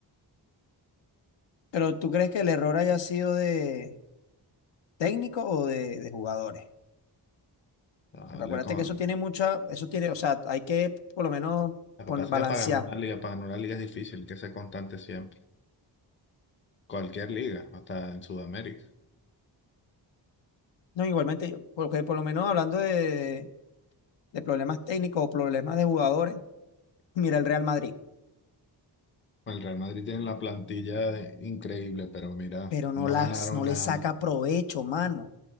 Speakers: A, on the left (about 75°); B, on the left (about 25°).
A: Pero, ¿tú crees que el error haya sido de técnico o de de jugadores?
B: Ah,
A: Porque
B: le
A: acuérdate
B: con-
A: que eso tiene mucha, eso tiene, o sea, hay que por lo menos
B: lo que
A: pon-
B: pasa
A: balancear.
B: es que para ganar una liga, para ganar una liga es difícil, hay que ser constante siempre. Cualquier liga, hasta en Sudamérica.
A: No, igualmente, porque por lo menos hablando de, de problemas técnicos o problemas de jugadores, mira el Real Madrid,
B: El Real Madrid tiene la plantilla increíble, pero mira,
A: pero no
B: no
A: las,
B: ganaron
A: no
B: nada.
A: le saca provecho, mano.